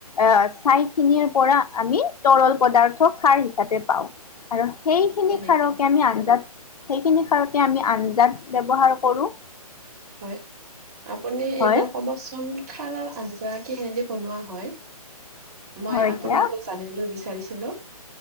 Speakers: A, on the left (about 75°); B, on the right (about 30°).
A: আহ চাই খিনিৰ পৰা আমি তৰল পদাৰ্থ সাৰ হিচাপে পাওঁ। আৰু সেইখিনি
B: হয় নেকি
A: সাৰকে আমি আঞ্জাত, সেইখিনি সাৰক আমি আঞ্জাত ব্যৱহাৰ কৰো।
B: হয়। আপুনি এইবাৰ
A: হয়
B: ক'বচোন। খাৰৰ আঞ্জা কিহদি বনোৱা হয় মই
A: হয়
B: আপোনাৰ
A: এতিয়া
B: পৰা জানিম বিচাৰিছোঁ।